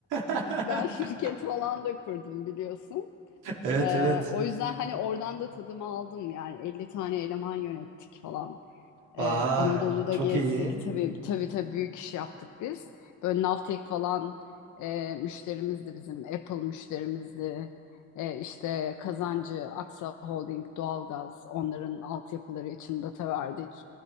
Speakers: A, on the right (about 90°); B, on the left (about 75°).
A: <laughs>
B: Ben şirket falan da kurdum biliyorsun.
A: Evet
B: E,
A: evet.
B: o yüzden hani oradan da tadımı aldım yani 50 tane eleman yönettik falan.
A: Vay,
B: Ee, Anadolu'da
A: çok
B: gezdik.
A: iyi.
B: Tabii tabii tabii büyük iş yaptık biz. Böyle Navtek falan e, müşterimizdi bizim. Apple müşterimizdi. E, işte Kazancı, Aksa Holding, Doğalgaz onların altyapıları için data verdik.